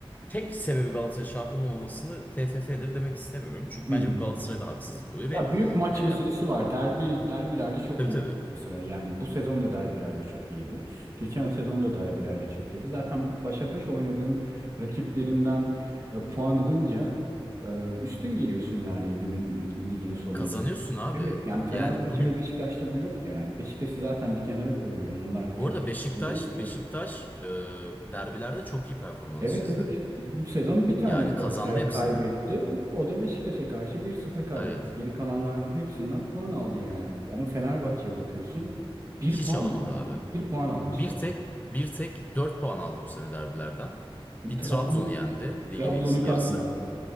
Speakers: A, on the left (about 15°); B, on the right (about 35°).
A: tek sebebi Galatasaray şampiyon olmasını TFF'dir demek istemiyorum. Çünkü
B: Hı
A: bence
B: hı.
A: bu Galatasaray'da haksızlık oluyor
B: Ya
A: ve
B: büyük maç
A: e,
B: meselesi var. Derbi derbilerde çok
A: tabii
B: iyi
A: tabii
B: Galatasaray. Yani bu sezon da derbilerde çok iyiydi. Geçen sezon da derbilerde çok iyiydi. Zaten başa baş oynadığın rakiplerinden e, puan alınca e, üstün geliyorsun yani günün ligin sonunda.
A: kazanıyorsun abi.
B: Evet yani Fenerbahçe
A: Yani bugün
B: ve Beşiktaş'ta bu yoktu yani. Beşiktaş'ı zaten bir kenara koyuyorum. Onlar
A: bu
B: çok
A: arada Beşiktaş
B: da değiller.
A: Beşiktaş e, derbilerde çok iyi performans
B: Evet
A: çizdi.
B: evet. Bu sezon bir tane
A: Yani
B: Galatasaray
A: kazandı hepsini.
B: kaybetti. O da Beşiktaş'a karşı bir sıfır kaybetti.
A: Evet.
B: Geri kalanların hepsinden puan aldı yani. Ama Fenerbahçe'ye bakıyorsun. Bir
A: Hiç
B: puan
A: alamadı
B: almış.
A: abi.
B: Bir puan almış.
A: Bir tek bir tek 4 puan aldı bu sene derbilerden. Bir Trabzon'u
B: Trabzon,
A: yendi
B: Trabzon'u
A: ligin ilk yarısı.
B: katma.